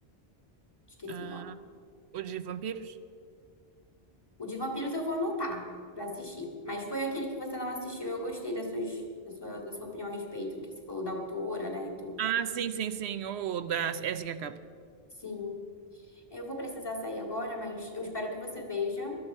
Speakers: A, on the left; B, on the right.
A: Esqueci
B: Ah,
A: o nome.
B: o de vampiros?
A: O de vampiros eu vou anotar pra assistir. Mas foi aquele que você não assistiu, eu gostei das suas, da sua, da sua opinião a respeito, que você falou da autora, né, e tudo.
B: Ah, sim, sim, sim. O da. Essa que acaba.
A: Sim. Eu vou precisar sair agora, mas eu espero que você veja.